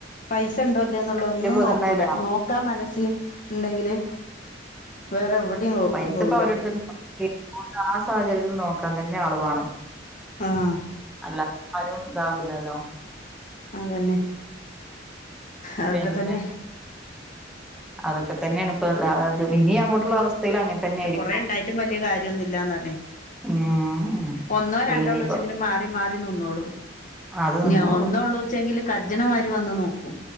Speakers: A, on the left; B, in the centre.
A: പൈസ ഇണ്ടോ ഇല്ലേന്നുള്ള
B: ബോധബോധണ്ടായ്മ
A: ഒന്നും നോക്കൂല നോക്കാൻ മനസ് ഇണ്ടെങ്കില് വേറെ എവിടേം നോ
B: പൈസ
A: പോവൂല
B: ഇപ്പൊ അവരെടുത്ത് <unintelligible> ആ സാഹചര്യത്തിൽ നോക്കാൻ തന്നെ ആളുവേണം
A: ആഹ്
B: അല്ലതെ ആരും ഇതാവില്ലല്ലോ
A: അതന്നെ അതൊക്കെ
B: പിന്നെ
A: തന്നെ
B: അതക്ക തന്നെണ് ഇപ്പ എല്ലാര് ത് ഇനി അങ്ങോട്ടുള്ള അവസ്ഥേലും അങ്ങനെ തന്നെ ആയിരി
A: കുറേ ഉണ്ടായിട്ടും വല്യ കാര്യം ഒന്നുംല്ലാന്ന് പറഞ്ഞു
B: ഉം
A: ഒന്നോ രണ്ടോ
B: ഇനിയിപ്പോ
A: ഉള്ളൊച്ചെങ്കിലും മാറി മാറി <unintelligible> നിന്നോളും
B: അത്
A: ഇഞ്ഞി
B: നിന്നോളും
A: ഒന്നേ ഉള്ളൂച്ചെങ്കില് കജ്ജ്ണ മാരി വന്ന് നോക്കും